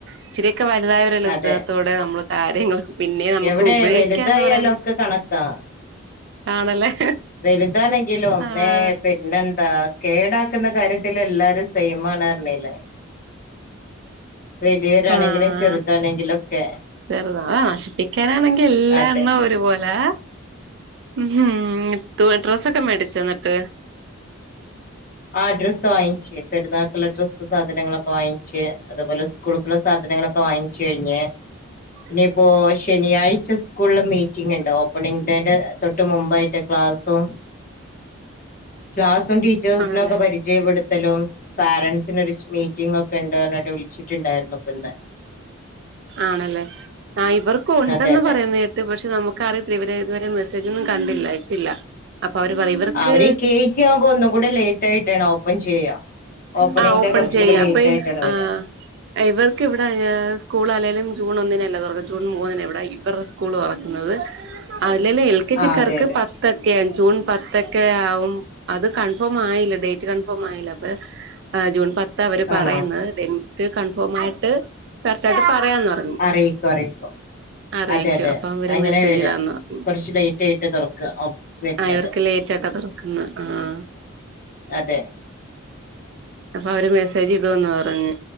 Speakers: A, on the right; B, on the left.
A: ഇച്ചിരി ഒക്കെ വലുതായവരല്ലേ ഉത്തരവാദിത്തോടെ
B: അതെ
A: നമ്മള് കാര്യങ്ങൾ പിന്നെ നമുക്ക്
B: എവിടെ
A: ഉപയോഗിക്കാം
B: വലുതായാലൊക്കെ
A: എന്ന് പറയാ
B: കണക്കാ
A: ആണല്ലേ.?
B: വലുതാണെങ്കിലും
A: ആഹ്
B: മ്മേ പിന്നെന്താ..? കേടാക്കുന്ന കാര്യത്തിൽ എല്ലാരും സെയിമാണ് അറഞ്ഞിലെ വലിയോരാണെങ്കിലും
A: ആഹ്
B: ചെറുതാണെങ്കിലും ക്കെ
A: ചെറുതാ അാ നശിപ്പിക്കാനാണെങ്കി എല്ലാം
B: അതെ
A: എണ്ണ ഒരു പോലെ! ഉം ഹ് ഡ്രസ്സൊക്കെ മേടിച്ചോ ന്നിട്ട്
B: ആ ഡ്രസ്സ് വാങ്ങിച്ചു പെരുന്നാക്കുള്ള ഡ്രസ്സ് സാധനങ്ങളൊക്കെ വാങ്ങിച്ച് അതുപോലെ സ്കൂൾക്കുള്ള സാധ നങ്ങളൊക്കെ വാങ്ങിച്ച് കഴിഞ്ഞ്
A: <unintelligible>
B: ഇനിയിപ്പോ ശനിയാഴ്ച സ്കൂളിൽ മീറ്റിംഗ് ഉണ്ട് ഓപ്പണിഗ് ഡേ ന്റെ തൊട്ട് മുമ്പ് ക്ലാ ക്ലാസും ക്ലാസും ടീച്ചേസിനക്കെ
A: ആണല്ലേ
B: പരിചയപ്പെടു ടുത്തലും പോരൻസിനൊരു മീറ്റിംഗ് ഒക്കെ ഉണ്ട് പറഞ്ഞിട്ട് വിളിച്ചിട്ടുണ്ടായിരുന്നു ഇന്ന്
A: ആണല്ലേ ആ ഇവർക്ക ഉണ്ടെന്ന്
B: അതെ അതെ
A: പറയുന്ന കേട്ട് പക്ഷെ നമുക്കറിയ ഇവരെ ഇതുവരെ മെസ്സേജ് ഒന്നും കണ്ടില്ല ഇട്ടില്ല. അപ്പൊ അവര് പറയും ഇവർക്ക്
B: അവര് കെ ജി ആവുമ്പോ ഒന്നും കൂടെ ലേറ്റ് ആയിട്ടാണ് ഓപ്പൺ ചെയ്യാ ഓപ്പണിംഗ്
A: ആ ഓപ്പൺ
B: ഡേ കുറച്ചും
A: ചെയ്യാ
B: കൂടെ ലേറ്റ്
A: പ്പോ
B: ആയിട്ടാണ് വരാ
A: ആ ഇവർക്ക് ഇവിടെ സ്കൂ അല്ലേലും ജൂൺ ഒന്നിനല്ല തുറക്കുന്നെ ജൂൺ മൂന്നിനു ഇവിടെ ഇവരെ സ്കൂൾ തുറക്കുന്നത് അല്ലേലും എൽ കെ
B: ആ
A: ജിക്കാർക്ക്
B: അതെ അതെ
A: പത്തൊക്കെ ആ- ജൂൺ പത്തൊക്കെ ആവും അത് കൺഫേം ആയില്ല ഡേറ്റ് കൺഫേം ആയില്ല അപ്പ ജൂൺ പത്ത് അവര് പറയുന്നത്
B: ആണോ
A: ഡേറ്റ് കൺഫേമായിട്ട് കറക്റ്റ് ആയിട്ട് പറ- പറയാന്ന് പറഞ്ഞ്
B: അറിയിക്കും അറിയിക്കും
A: അറിയിക്കോ
B: അതെ അതെ
A: അപ്പ അവര്
B: അങ്ങനെ
A: മെസ്സേജ്
B: വരാ
A: ഇടാന്ന് പറഞ്ഞു
B: കുറച്ച് ലേറ്റ് ആയിട്ട് തുറക്ക വരുന്നത്
A: ആ ഇവർക്ക് ലേറ്റ് ആയിട്ടാ തൊറക്കുന്നെ ആഹ് ആഹ്
B: അതെ
A: അപ്പൊ അവര് മെസ്സേജ് ഇടൂന്ന് പറഞ്ഞ്